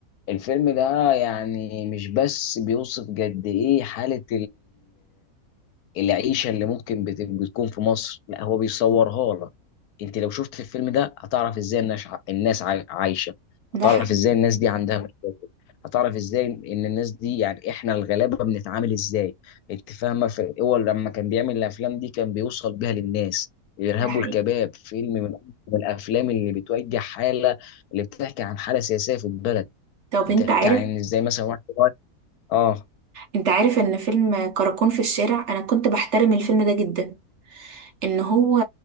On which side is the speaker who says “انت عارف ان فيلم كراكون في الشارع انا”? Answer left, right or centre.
Right